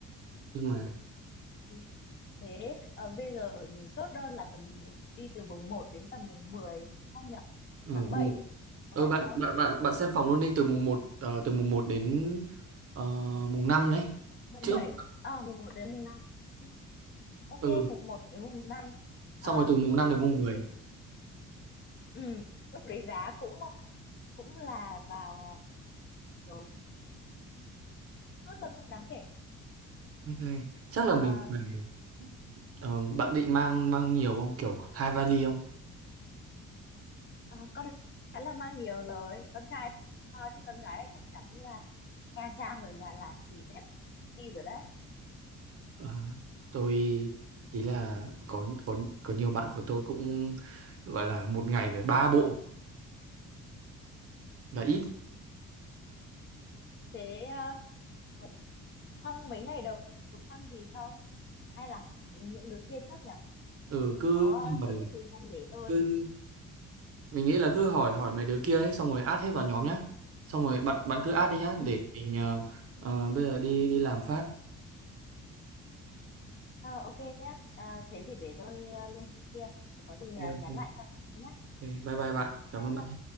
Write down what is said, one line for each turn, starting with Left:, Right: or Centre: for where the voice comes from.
Right: nhưng mà
Left: Ừ. thế ờ, bây giờ mình chốt đơn là tầm đi từ mùng một đến tầm mùng 10 đúng không nhỉ
Right: ờ
Left: tháng bảy
Right: mùng-
Left: có
Right: ờ,
Left: phải
Right: bạn
Left: không
Right: bạn bạn bạn xem phòng luôn đi từ mùng 1 từ mùng một đến ờ, mùng 5 đấy
Left: mùng
Right: trước
Left: bảy, ờ mùng một đến mùng năm, Ừ, ok
Right: ừ
Left: mùng một đến mùng năm, Ờ,
Right: xong rồi từ mùng 5 đến
Left: lúc
Right: mùng
Left: đấy
Right: mười
Left: ừ, lúc đấy giá cũng cũng là vào ờ, rồi Tốt thôi không đáng kể
Right: ok chắc là mình
Left: Ờ,
Right: phải ờ, bạn định mang mang nhiều không kiểu hai vali không
Left: ờ, con gái là mang nhiều rồi con trai ờ, chứ con gái thì chắc chắn là Nha Trang rồi Đà Lạt thì sẽ đi rồi đấy
Right: Ờ, tôi ý là có có có nhiều bạn của tôi cũng gọi là một ngày phải ba bộ là ít
Left: thế ờ, ờ, trong mấy ngày đầu ăn gì không hay là những đứa kia trước nhỉ
Right: ừ cứ
Left: có
Right: hỏi-
Left: sở thích gì không để tôi
Right: cứ mình nghĩ là cứ hỏi hỏi mấy đứa kia ấy xong rồi add hết vào nhóm nhá xong rồi bạn bạn cứ add đi nhá
Left: Ừ.
Right: để mình
Left: ừ.
Right: ờ, ờ, bây giờ đi đi làm phát
Left: Ờ, ok nhá. À, thế thì để tôi ờ, liên hệ kia. Rồi Có gì
Right: Ok,
Left: ờ,
Right: ok.
Left: nhắn lại cho nhé.
Right: Ok, bye bye bạn cảm
Left: Bye
Right: ơn bạn
Left: bye.